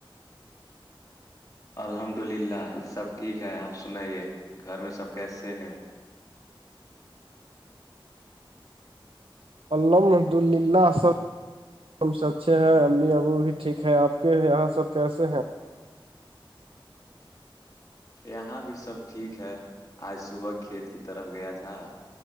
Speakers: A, on the left; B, on the right.
A: الحمد للہ سب ٹھیک ہے آپ سنائیے گھر میں سب کیسے ہیں
B: الحمد للہ سب ہم سب اچھے ہیں امی ابو بھی ٹھیک ہے آپ کے یہاں سب کیسے ہیں
A: یہاں بھی سب ٹھیک ہے آج صبح کھیت کی طرف گیا تھا